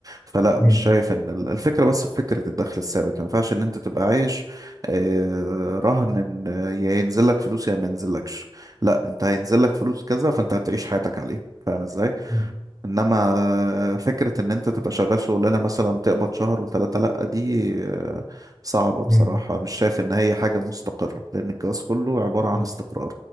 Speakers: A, on the right (about 40°); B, on the left (about 15°).
A: فلا
B: مم.
A: مش شايف إن ال- الفكرة بس في فكرة الدخل الثابت ما ينفعش إن أنت تبقى عايش آه، رهن إن آه، يا ينزل لك فلوس يا ما ينزلكش لا أنت هينزل لك فلوس كذا فأنت هتعيش حياتك عليه فاهم إزاي؟
B: مم.
A: انما آه، فكرة ان انت تبقى شغال شغلانة مثلا تقبض شهر وثلاثة لأ دي آه، صعبة بصراحة
B: مم.
A: مش شايف ان هي حاجة مستقرة لان الجواز كله عبارة عن
B: آه.
A: استقرار